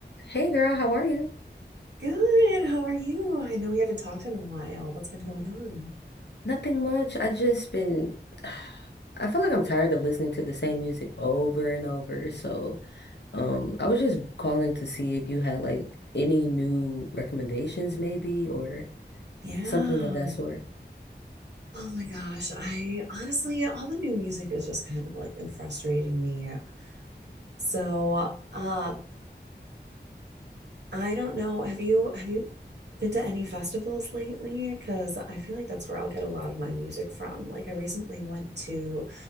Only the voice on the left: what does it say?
Hey girl, how are you?
Nothing much. I just been <sighs> I feel like I'm tired of listening to the same music over and over. So, um, I was just calling to see if you had like any new recommendations maybe or
something of that sort.